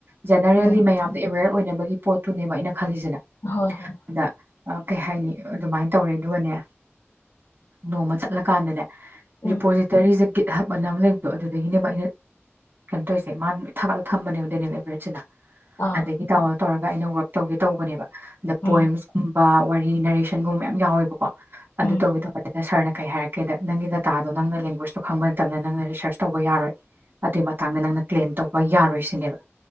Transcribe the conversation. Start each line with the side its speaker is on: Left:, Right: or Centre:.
Right: ꯖꯦꯅꯔꯦꯜꯂꯤ
Left: ꯎꯝ
Right: ꯃꯌꯥꯝꯗ ꯑꯦꯋꯦꯔ- ꯑꯣꯏꯅꯕꯒꯤ ꯄꯣꯠꯇꯨꯅꯦꯕ ꯑꯩꯅ ꯈꯜꯂꯤꯁꯤꯅ
Left: ꯍꯣꯏ ꯍꯣꯏ
Right: ꯑꯗ ꯑꯥ ꯀꯩ ꯍꯥꯏꯅꯤ ꯑꯗꯨꯃꯥꯏ ꯇꯧꯔꯦ ꯑꯗꯨꯒꯅꯦ ꯅꯣꯡꯃ ꯆꯠꯂꯀꯥꯟꯗꯅꯦ
Left: ꯎꯝ
Right: ꯔꯤꯄꯣꯖꯤꯇꯔꯤꯖꯦ ꯒꯤꯠꯍꯞꯑꯅ ꯑꯃ ꯂꯩꯕꯗꯣ ꯑꯗꯨꯗꯒꯤꯅꯦꯕ ꯑꯩꯅ ꯀꯩꯟ ꯇꯩꯁꯦ ꯃꯥꯅ ꯂꯣꯏ ꯊꯥꯒꯠꯂꯒ ꯊꯝꯕꯅꯦꯕ <unintelligible>
Left: ꯑꯥ
Right: ꯑꯗꯒꯤ ꯇꯥꯋꯜ ꯇꯧꯔꯒ ꯑꯩꯅ ꯋꯥꯔꯛ ꯇꯧꯒꯦ ꯇꯧꯕꯅꯦꯕ꯫ ꯑꯗ
Left: ꯎꯝ
Right: ꯄꯣꯏꯝꯁ ꯀꯨꯝ ꯕꯥ ꯋꯥꯔꯤ ꯅꯔꯦꯁꯟꯒꯨꯝꯕ ꯃꯌꯥꯝ ꯌꯥꯎꯋꯦꯕꯀꯣ꫰
Left: ꯎꯝ
Right: ꯑꯗꯨꯇꯧꯒꯦ ꯇꯧꯕ ꯑꯗꯨꯗ ꯁꯔꯅ ꯀꯩ ꯍꯥꯏꯔꯛꯀꯦꯗ ꯅꯪꯒꯤ ꯗꯇꯥꯗꯣ ꯅꯪꯅ ꯂꯦꯡꯒ꯭ꯋꯦꯁꯇꯣ ꯈꯪꯕ ꯅꯠꯇꯝꯅ ꯅꯪꯅ ꯔꯤꯁꯔꯁ ꯇꯧꯕ ꯌꯥꯔꯣꯏ ꯑꯗꯨꯏ ꯃꯇꯥꯡꯗ ꯅꯪꯅ ꯀ꯭ꯂꯦꯝ ꯇꯧꯕ ꯌꯥꯔꯣꯏ ꯁꯤꯅꯦꯕ꯫